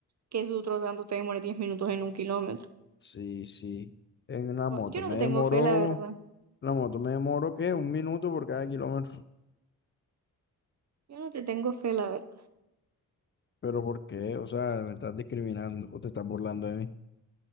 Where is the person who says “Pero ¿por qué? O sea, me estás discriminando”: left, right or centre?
Left